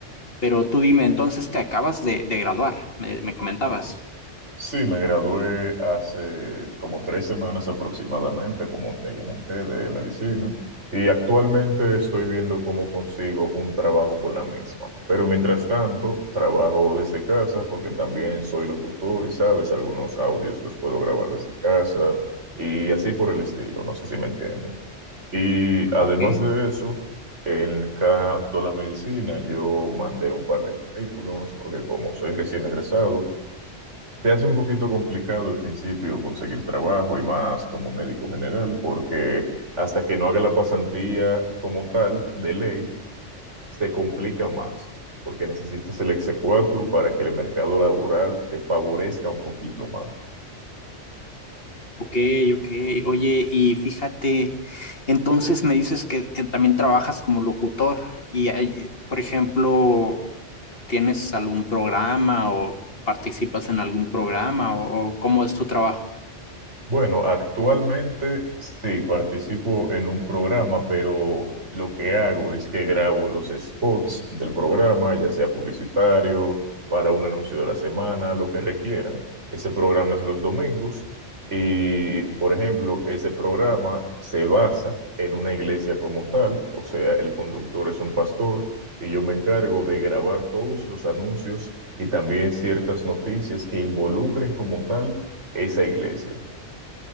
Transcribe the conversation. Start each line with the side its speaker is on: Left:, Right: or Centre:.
Left: Pero tú dime, entonces te acabas de, de graduar, me me comentabas.
Right: Sí, me gradué hace como tres semanas aproximadamente, como te comenté, de medicina. Y actualmente estoy viendo cómo consigo un trabajo con la misma. Pero mientras tanto, trabajo desde casa porque también soy locutor y, sabes, algunos audios los puedo grabar desde casa y así por el estilo, no sé si me entiendes. Y además
Left: Ok,
Right: de eso, en cuanto a la medicina, yo mandé un par de currículums porque como soy recién egresado, te hace un poquito complicado al principio conseguir trabajo y más como médico general, porque hasta que no haga la pasantía como tal, de ley, se complica más, porque necesitas el exequatur para que el mercado laboral te favorezca un poquito más.
Left: Ok, ok. Oye, y fíjate, entonces me dices que, que también trabajas como locutor y, hay- por ejemplo, ¿tienes algún programa o participas en algún programa o, o cómo es tu trabajo?
Right: Bueno, actualmente sí participo en un programa, pero lo que hago es que grabo los spots del programa, ya sea publicitario, para un anuncio de la semana, lo que requieran. Ese programa es los domingos y, por ejemplo, ese programa se basa en una iglesia como tal, o sea, el conductor es un pastor y yo me encargo de grabar todos los anuncios y también ciertas noticias que involucren como tal esa iglesia.